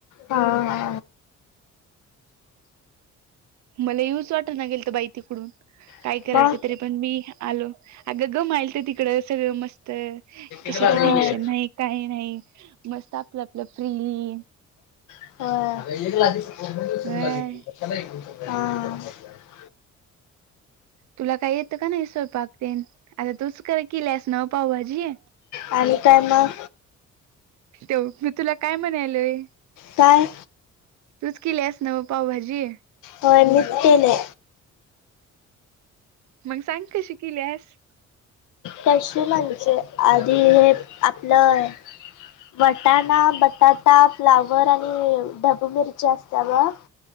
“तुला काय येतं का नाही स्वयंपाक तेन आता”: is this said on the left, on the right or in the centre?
Right